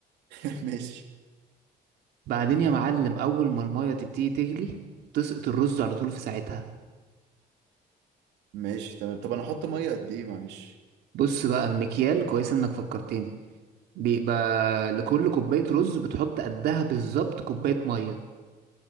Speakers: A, on the right (about 90°); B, on the right (about 70°).
A: <laughs> ماشي
B: بعدين يا معلم اول ما الميه تبتدي تغلي تسقط الرز على طول في ساعتها
A: ماشي تمام طب انا احط ميه قد ايه معلش
B: بص بقى المكيال كويس انك فكرتني بيبقى لكل كوبايه رز بتحط قدها بالظبط كوبايه ميه